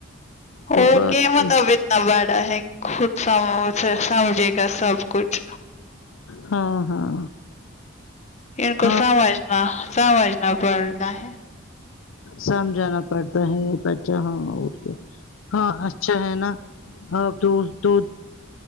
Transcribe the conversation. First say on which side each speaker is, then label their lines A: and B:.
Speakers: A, on the left; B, on the left.
A: اور
B: بات
A: کیا بتاؤ
B: ہے۔
A: نہ باڑا ہے خود س سمجھے گا سب کچھ
B: ہاں ہاں
A: ان کو
B: ہاں
A: سمجھنا سمجھنا پڑتا ہے
B: سمجھانا پڑتا ہے بچہ ہاں ا کےہاں اچھا ہے نا آپ دو دو